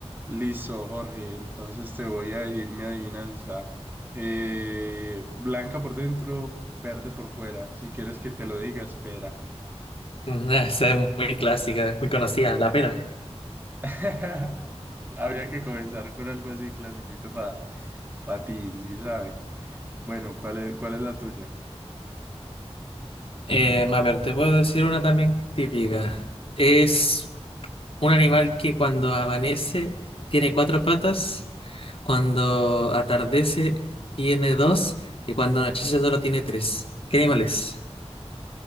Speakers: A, on the right; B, on the left.
A: Listo, Jorge. Entonces te voy a decir mi adivinanza. Eh, blanca por dentro, verde por fuera. Si quieres que te lo diga, espera.
B: Ah, Esa es muy clásica, muy conocida, la pena.
A: <laughs> Habría que comenzar con algo así clasiquito para patín, ¿sí sabe? Bueno, ¿cuál es, cuál es la tuya?
B: Eh, a ver, te puedo decir una también típica. Es un animal que cuando amanece tiene cuatro patas, cuando atardece tiene dos y cuando anochece solo tiene tres. ¿Qué animal es?